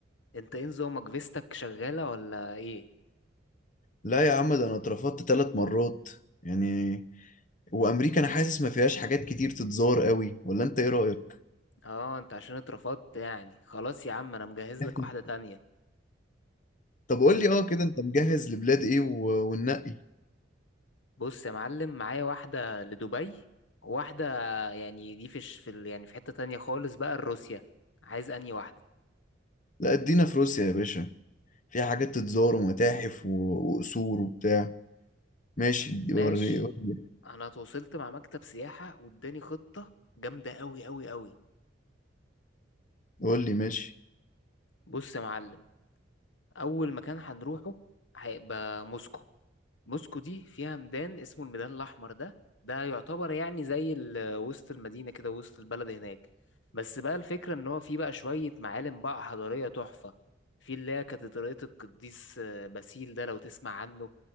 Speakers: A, on the left; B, on the left.
A: انت ايه نظامك فيستك شغاله ولا ايه
B: لا يا عم ده انا اترفضت ثلاث مرات يعني وامريكا انا حاسس ما فيهاش حاجات كتير تتزار قوي ولا انت ايه رأيك
A: اه انت عشان اترفضت يعني خلاص يا عم انا مجهز
B: <laughs>
A: لك واحده تانية
B: طب قول
A: إيه
B: لي اه كده انت مجهز لبلاد ايه و- وننقي
A: بص يا معلم معايا واحده لدبي وواحده يعني دي في الش- في ال- يعني في حته تانية خالص بقى لروسيا عايز انهي واحده
B: لا ادينا في روسيا يا باشا فيها حاجات تتزار ومتاحف و- وقصور وبتاع ماشي
A: ماشي
B: وري قول لي
A: انا اتواصلت مع مكتب سياحة واداني خطة جامدة قوي قوي قوي
B: قول لي ماشي
A: بص يا معلم اول مكان هنروحه هيبقى موسكو موسكو دي فيها ميدان اسمه الميدان الاحمر ده ده يعتبر يعني زي ال- وسط المدينة كده وسط البلد هناك بس بقى الفكرة ان هو فيه بقى شوية معالم بقى حضارية تحفة في اللي هي كاتدرائية القديس آه، باسيل ده لو تسمع عنه